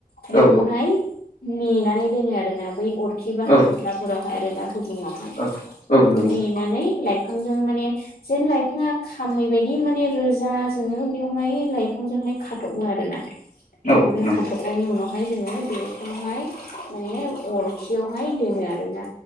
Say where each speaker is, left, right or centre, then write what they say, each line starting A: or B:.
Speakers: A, on the left; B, on the left.
A: बेखौहाय
B: औ
A: मेनानै दोनो आरो ना बै अरखि बा
B: औ
A: हाथफ्लाफोरावहाय आरो ना गुदुङावहाय
B: औ औ
A: एखौ
B: नंगौ
A: मेनानै लइफांजों माने जिन बिफाङा खामै बायदि माने रोजा जोङो बेवहाय लाइफांजोंहाय खाथ'बो आरोना।
B: औ
A: ओमफ्राय
B: औ नंगौ
A: खाथबनायनि उनावहाय जोङो बेखौहाय माने अर खाथियावहाय दोनो आरोना